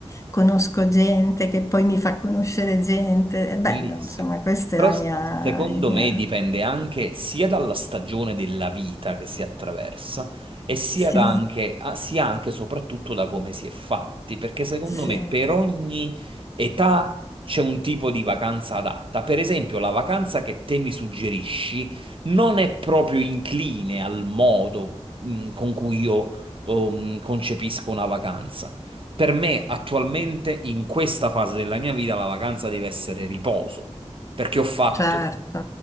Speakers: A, on the left (about 25°); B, on the right (about 50°).
A: conosco gente che poi mi fa conoscere gente, è
B: Bellissimo.
A: bello, insomma, questa
B: Però
A: è la
B: s-
A: mia
B: secondo
A: idea.
B: me dipende anche sia dalla stagione della vita che si attraversa e sia,
A: Sì,
B: da anche, ah, sia anche e soprattutto da come si è fatti, perché secondo
A: sì.
B: me per ogni età c'è un tipo di vacanza adatta. Per esempio, la vacanza che te mi suggerisci non è proprio incline al modo, mh, con cui io, um, concepisco una vacanza. Per me attualmente, in questa fase della mia vita, la vacanza deve essere riposo, perché ho fatto
A: Certo,